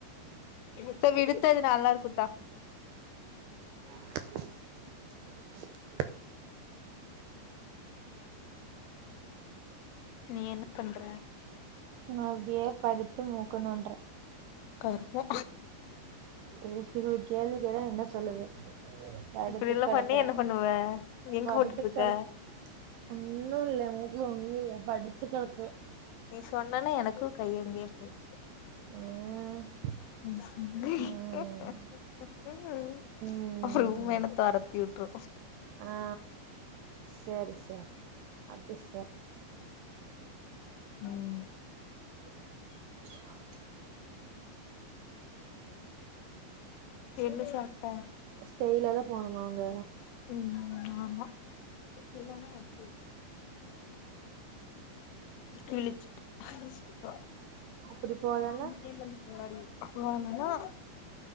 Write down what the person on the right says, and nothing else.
<unintelligible>
நா அப்டியே படுத்து மூக்க நோன்ட்ற
ம் இது ஒரு கேள்வி கேட்டா என்ன சொல்லுது படுத்து
கெடக்குற
படுத்து
கெடக்கு ஒன்னு இல்ல எ மூக்குல ஒண்ணு இல்ல படுத்து கெடக்குற
<unintelligible>
ம் ம்
ஆ சேரி சேரி அதுசேர்
<unintelligible>
ஸ்டைல தா போனுமா அங்க
அப்டி போலன்னா